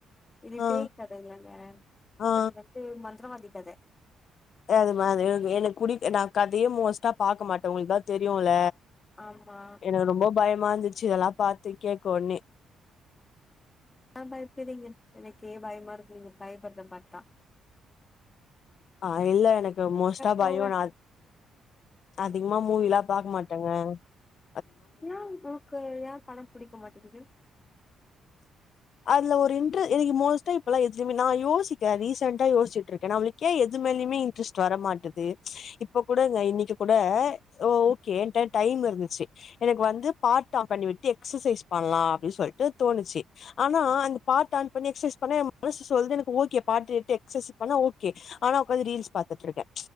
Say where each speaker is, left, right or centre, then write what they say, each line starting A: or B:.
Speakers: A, on the left; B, on the left.
A: இது
B: ஆ
A: பேய்கத இல்ல வேற
B: ஆ
A: இது வந்து மண் விக்கிரவாண்டி கத
B: அதுமா அ எனக்கு குடி நா கதையே மோஸ்ட்டா பாக்க மாட்ட உங்களுக்குதா தெரியுல
A: ஆமா
B: எனக்கு ரொம்ப பயமா ருந்து இதெல்லாம் பார்த்து கேட்க்கவோனே
A: யே பயப்பறீங்க எனக்கே பயமா இருக்கு நீங்க பயப்பறதபாத்தா
B: ஆஹ் இல்ல எனக்கு மோஸ்டா
A: போங்க
B: பயம் நான் அதிகமா மூவிலாம் பாக்கமாட்டேன் ட்டங்க
A: ஏன் உனக்கு ஏ படம் புடிக்க மாட்டேங்குது
B: அதுல ஒரு இன்டர் எனக்கு மோஸ்ட்டா இப்பல்லாம் எதுலுமே நான் யோசிக்கேன் ரீசன்டா யோசிச்சிட்டுருக்கேன். நம்மளுக்கேன் எது மேலயுமே இன்ட்ரெஸ்ட் வர மாட்டேது இப்ப கூட இன்னக்கி கூட ஓ கேட்ட டைம் இருந்துச்சு எனக்கு வந்து பாட் ஆஃப் பண்ணிவிட்டு எக்சசைஸ் பண்ணலா அப்படின்னு சொல்லிட்டு தோணுச்சு ஆனா அந்த பாட் ஆன் பண்ணி எக்சசைஸ் பண்ண மனசு சொல்து எனக்கு ஓகே பாட்டு கேட்டு எக்சசைஸ் பண்ணா ஓகே ஆனா உக்காந்து ரீல்ஸ் பாத்துட்டுருக்கேன்